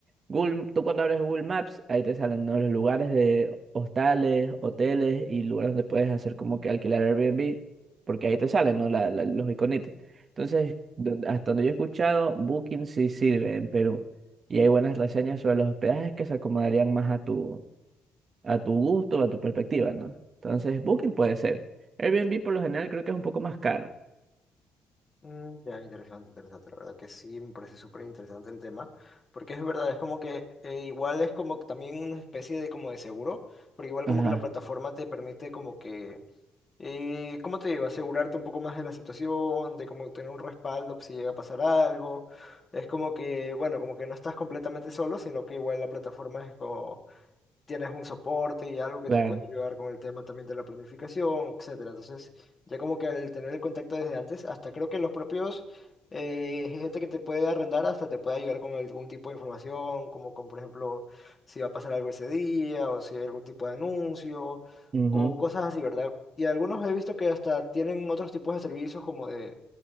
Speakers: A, on the right; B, on the left.
A: Google, tú cuando abres Google Maps, ahí te salen, ¿no? los lugares de hostales, hoteles y lugares donde puedes hacer como que alquilar Airbnb, porque ahí te salen, ¿no? La- la- los iconitos. Entonces, don- hasta donde yo he escuchado, Booking sí sirve en Perú, y hay buenas reseñas sobre los hospedajes que se acomodarían más a tu, a tu gusto, a tu perspectiva, ¿no? Entonces, Booking puede ser. Airbnb por lo general creo que es un poco más caro.
B: Mm, Ya, interesante, interesante. La verdad que sí, me parece súper interesante el tema, porque es verdad, es como que eh, igual es como que también una especie de como de seguro, porque igual como
A: Ajá,
B: que la plataforma te permite como que, eh, ¿cómo te digo? Asegurarte un poco más de la situación, de como tener un respaldo si llega a pasar algo. Es como que, bueno, como que no estás completamente solo, sino que igual la plataforma es como, tienes un soporte y algo que
A: claro.
B: te puede ayudar con el tema también de la planificación, etcétera. Entonces, ya como que al tener el contacto desde antes, hasta creo que los propios eh, gente que te puede arrendar hasta te puede ayudar con algún tipo de información, como con, por ejemplo, si va a pasar algo ese día o si hay algún tipo de anuncio
A: ujú,
B: o cosas así, ¿verdad? Y algunos he visto que hasta tienen otros tipos de servicios como de